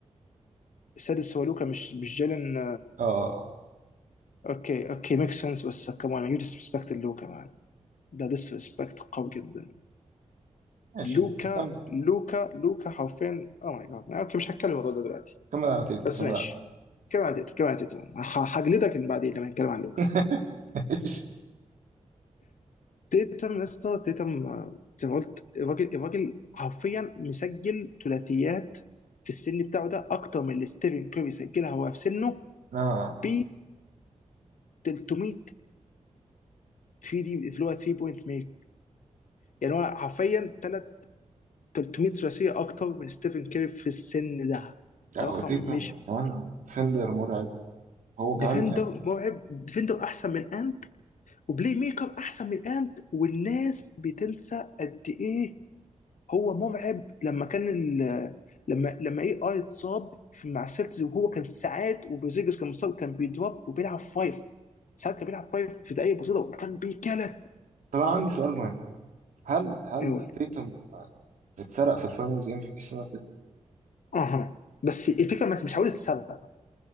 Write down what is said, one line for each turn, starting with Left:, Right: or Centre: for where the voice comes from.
Left: السادس هو لوكا مش مش جالن
Right: اه آه، آه.
Left: اوكي اوكي ميك سنس بس كمان يو ديسبكت لوكا مان ده ديسبكت قوي جدا
Right: ماشي
Left: لوكا
Right: يعني كمل كده.
Left: لوكا لوكا حرفيا او ماي جاد اوكي مش هتكلم الموضوع ده دلوقتي
Right: كمل على تيتم
Left: بس
Right: كمل
Left: ماشي
Right: على تيتم
Left: كم عديت كم عديت هجلدك بعدين لما نتكلم عن لوكا
Right: <laughs> ماشي.
Left: تيتم يا اسطى تيتم آه، زي ما قلت الراجل الراجل حرفيا مسجل ثلاثيات في السن بتاعه ده اكتر من اللي ستيفن كيري سجلها هو في سنه
Right: اه
Left: ب 300 3 دي اللي هو 3 بوينت ميك يعني هو حرفيا تلات 300 ثلاثيه اكتر من ستيفن كيري في السن ده
Right: لا
Left: ده رقم
Right: وتيتم
Left: مش
Right: كمان
Left: بسيط.
Right: ديفندر مرعب هو كمان
Left: ديفندر
Right: يعني
Left: مرعب ديفندر احسن من انت وبلاي ميكر احسن من انت والناس بتنسى قد ايه هو مرعب لما كان ال... لما لما اي اي اتصاب في مع السلتز وهو كان ساعات وبرزيجس كان مصاب كان بيدروب وبيلعب فايف ساعات كان بيلعب فايف في دقايق بسيطه وكان بيكلت
Right: طب انا عندي سؤال مهم هل هل
Left: اقول
Right: تيتم آه، اتسرق في الفاينلز ام في بي السنه اللي فاتت؟
Left: اها بس الفكره بس مش حاولة السبب